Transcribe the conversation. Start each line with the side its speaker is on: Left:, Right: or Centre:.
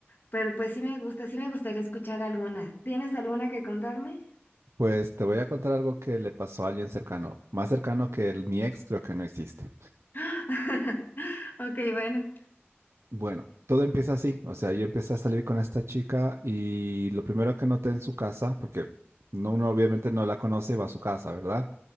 Left: pero pues sí me gusta, sí me gustaría escuchar alguna. ¿Tienes alguna que contarme?
Right: Pues te voy a contar algo que le pasó a alguien cercano, más cercano que el, mi ex creo que no existe.
Left: <laughs> Ok, bueno.
Right: Bueno, todo empieza así, o sea, yo empecé a salir con esta chica y lo primero que noté en su casa, porque no, uno obviamente no la conoce, va a su casa, ¿verdad?